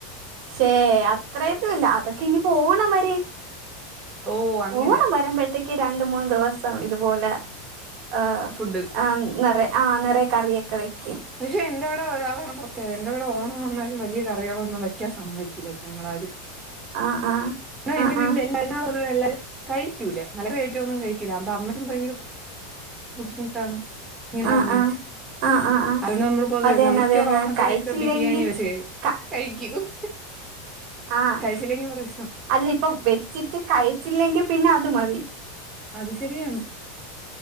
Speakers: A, on the right; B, on the right.
A: ശേ അത്രയത്തും ഇല്ല അതൊക്കെ ഇനിയിപ്പം ഓണം വ
B: ഓ അങ്ങനെ
A: ഓണം വരുമ്പോഴത്തേക്ക് രണ്ട് മൂന്ന് ദിവസം ഇതുപോലെ ആഹ്
B: ഫുഡ്
A: ആ നിറേ ആഹ് നിറേ കറിയൊക്കെ വെക്കും.
B: പക്ഷെ എന്റെ ഇവിടെ അതാണ് പ്രത്യേകത എന്റെവിടെ ഓണം വന്നാലും വലിയ കറികളൊന്നും വയ്ക്കാൻ സമ്മയ്ക്കൂല്ല ഞങ്ങൾ ആരും
A: ആഹ് ആഹ് ആഹ്
B: എന്റെ
A: ആഹ്
B: വീട്ടില് <inaudible> എല്ലാരും കഴിക്കൂല നല്ല ഐറ്റൊന്നും കഴിക്കൂല്ല അപ്പൊ അമ്മയ്ക്കും ഭയങ്കര ബുദ്ധിമുട്ടാണ്. ഇങ്ങനെ
A: ആഹ്
B: കണ്ടിട്ട്
A: ആഹ് ആഹ് ആഹ് ആഹ്
B: അതുകൊണ്ട് നമ്മള്
A: അതന്നെ
B: ഇപ്പം മിക്കവാറും
A: അതന്നെ
B: ഓണത്തിനൊക്കെ
A: കഴിച്ചില്ലെങ്കി
B: ബിരിയാണി വെച്ച്
A: ക
B: കഴി കഴിക്കും.
A: ആഹ്
B: കഴിച്ചില്ലെങ്കി പ്രശ്നം
A: അല്ല ഇപ്പൊ വെച്ചിട്ട് കഴിച്ചില്ലെങ്കിൽ പിന്നെ അത് മതി
B: അത് ശരിയാണ്.